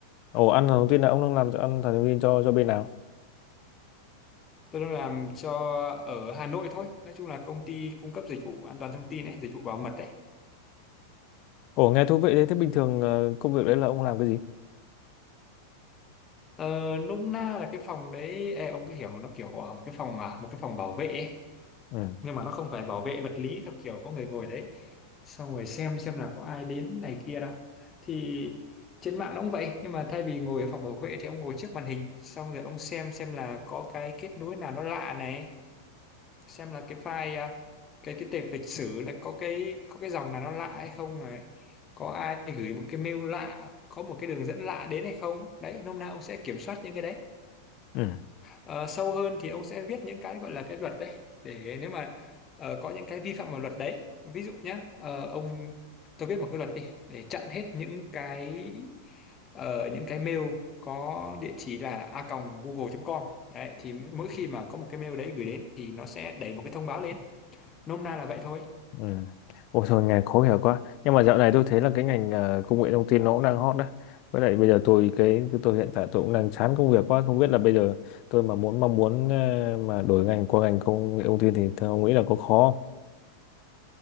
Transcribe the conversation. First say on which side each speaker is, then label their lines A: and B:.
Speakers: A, on the left; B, on the left.
A: Ồ, ăn thông tin là ông đang làm cho ăn thần thông tin cho cho bên nào?
B: tôi đang làm cho ở Hà Nội thôi nói chung là công ty cung cấp dịch vụ an toàn thông tin ấy dịch vụ bảo mật đấy
A: Ồ, nghe thú vị đấy. Thế bình thường à, công việc đấy là ông làm cái gì?
B: ờ, nôm na là cái phòng đấy ê, ông cứ hiểu nó kiểu à, một cái phòng à, một cái phòng bảo vệ ấy.
A: Ừ.
B: nhưng mà nó không phải bảo vệ vật lý theo kiểu có người ngồi đấy xong rồi xem xem là có ai đến này kia đâu thì trên mạng nó cũng vậy nhưng mà thay vì ngồi ở phòng bảo vệ thì ông ngồi trước màn hình xong rồi ông xem xem là có cái kết nối nào nó lạ này xem là cái file à, cái cái tệp lịch sử là có cái có cái dòng nào nó lạ hay không này có ai gửi một cái mail lạ có một cái đường dẫn lạ đến hay không đấy nôm na ông sẽ kiểm soát những cái đấy
A: Ừ.
B: Ờ, sâu hơn thì ông sẽ viết những cái gọi là cái luật đấy để nếu mà ờ, có những cái vi phạm vào luật đấy ví dụ nhá ờ, ông tôi viết một cái luật đi để chặn hết những cái ờ, những cái mail có địa chỉ là a google.com đấy thì mỗi khi mà có một cái mail đấy gửi đến thì nó sẽ đẩy một cái thông báo lên nôm na là vậy thôi
A: Ừ. Ôi thôi ngành khó hiểu quá Nhưng mà dạo này tôi thấy là cái ngành ờ, công nghệ thông tin nó cũng đang hot đấy Với lại bây giờ tôi cái tôi hiện tại tôi cũng đang chán công việc quá Không biết là bây giờ tôi mà muốn mong muốn ờ, mà đổi ngành qua ngành công nghệ thông tin Thì theo ông nghĩ là có khó không?